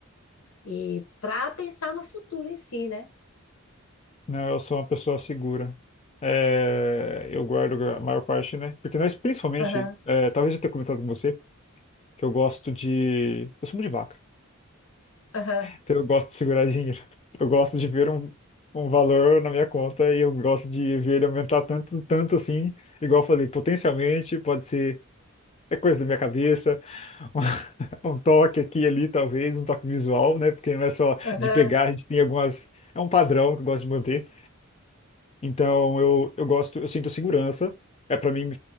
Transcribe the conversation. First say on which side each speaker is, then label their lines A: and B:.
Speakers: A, on the left; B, on the left.
A: E para pensar no futuro em si, né?
B: Não, eu sou uma pessoa segura. É, eu guardo a maior parte, né? Porque nós, principalmente,
A: Aham,
B: é, talvez eu tenha comentado com você, que eu gosto de. Eu sou muito de vaca.
A: aham,
B: Então eu gosto de segurar dinheiro. <laughs> Eu gosto de ver um, um valor na minha conta e eu gosto de ver ele aumentar tanto, tanto assim. Igual eu falei, potencialmente pode ser. É coisa da minha cabeça, <laughs> um toque aqui e ali, talvez, um toque visual, né? Porque não é só
A: aham.
B: de pegar, a gente tem algumas. É um padrão que eu gosto de manter. Então eu, eu gosto, eu sinto segurança. É para mim,